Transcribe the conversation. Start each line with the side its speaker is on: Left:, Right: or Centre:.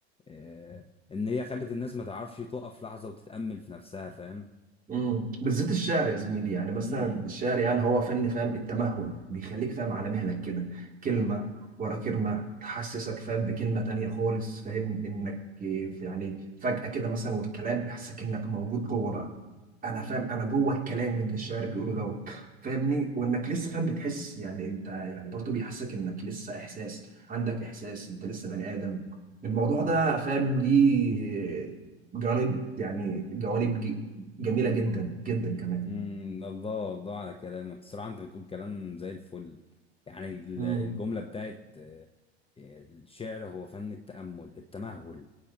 Left: آه، ان هي خلت الناس ما تعرفش تقف لحظه وتتامل في نفسها فاهم
Right: امم بالذات الشعر يا زميلي يعني مثلا
Left: امم
Right: الشعر يعني هو فن فاهم التمهل بيخليك فاهم على مهلك كده كلمة ورا كلمة تحسسك فاهم بكلمة تانية خالص فاهم انك في- يعني فجأة كده مثلا والكلام يحسسك انك موجود جوه بقى انا فاهم انا جوه الكلام اللي الشاعر بيقوله دوت فاهمني وانك لسه فاهم بتحس يعني انت يعني برضو بيحسسك انك لسه احساس عندك احساس انت لسه بني ادم الموضوع ده فاهم ليه جوانب يعني جوانب جميله جدا جدا كمان
Left: أمم، الله الله على كلامك الصراحه انت بتقول كلام زي الفل يعني ال-
Right: مم.
Left: الجمله بتاعت آه، الشعر هو فن التامل التمهل